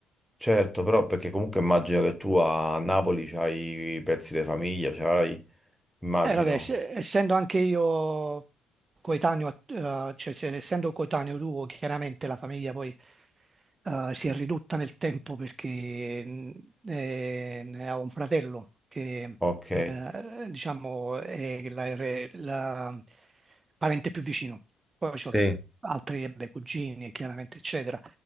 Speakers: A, in the centre; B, on the right (about 30°).
A: Certo, però perché comunque immagino che tu a Napoli c'hai i pezzi di famiglia, c'hai... Immagino.
B: Eh, vabbè, se- essendo anche io coetaneo, a- eh, cioè se- essendo coetaneo tuo, chiaramente la famiglia poi eh, si è ridotta nel tempo perché mh, eh, ne ho un fratello che
A: Ok,
B: eh, diciamo è la, re- la parente più vicino. Poi
A: Sì.
B: ho chi- altri eh, beh, cugini, chiaramente, eccetera.